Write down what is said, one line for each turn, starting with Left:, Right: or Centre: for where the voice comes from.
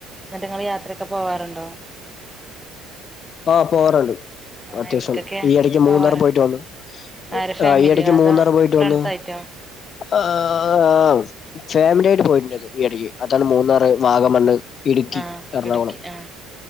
Centre: എന്നിട്ട് നിങ്ങൾ യാത്രയൊക്കെ പോവാറുണ്ടോ
Left: ആഹ് പോവാറുണ്ട്
Centre: ആഹ്
Left: അത്യാവശ്യം
Centre: എവിടക്കൊക്കെ
Left: ഈ ഇടക്ക്
Centre: പോവാറ്
Left: മൂന്നാർ പോയിട്ട് വന്നു
Centre: ആരെ ഫാമിലിയോ
Left: ആഹ് ഈ എടക്ക്
Centre: അതോ
Left: മൂന്നാർ പോയിട്ട്
Centre: ഫ്രണ്ട്സ്
Left: വന്നു
Centre: ആയിട്ടോ
Left: അഹ് ആഹ് ആവു ഫാമിലി ആയിട്ട് പോയിട്ടുണ്ടായിരുന്നു ഈ എടക്ക് അപ്പൊ അന്ന് മൂന്നാറ് വാഗമണ്ണ് ഇടുക്കി
Centre: ആഹ്
Left: എറണാകുളം
Centre: ഇടുക്കി ആഹ്